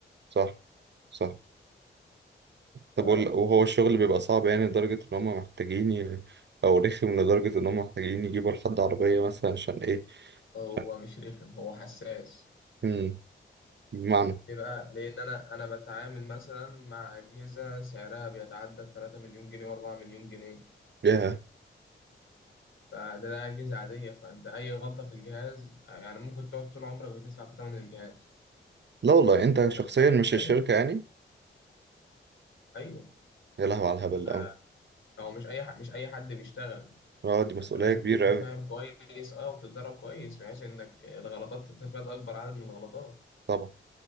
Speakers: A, on the right; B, on the left.
A: صح صح طب
B: ف
A: وال- وهو الشغل بيبقى صعب يعني لدرجة إن هما محتاجين ي... أو رخم لدرجة إن هما محتاجين يجيبوا لحد عربية مثلا عشان إيه؟
B: هو
A: عشان
B: مش رخم هو حساس
A: مم. بمعنى
B: ليه بقى لان انا انا بتعامل مثلا مع اجهزه سعرها بيتعدى 3 مليون جنيه و4 مليون جنيه
A: ياه
B: فده ده اجهزه عاديه فانت اي غلطه في الجهاز يعني ممكن تقعد طول عمرك بتدفع في ثمن الجهاز
A: لا والله أنت
B: من مرتبك
A: شخصيا مش الشركة
B: ايوه
A: يعني
B: ايوه
A: يا لهوي على الهبل
B: ف-
A: ده أوي
B: هو مش اي ح- مش اي حد بيشتغل
A: أه دي مسؤولية
B: فانت لازم
A: كبيرة
B: تكون
A: أوي
B: فاهم كويس اه وتتدرب كويس بحيث انك الغلطات تتفادى اكبر عدد من الغلطات
A: طبعا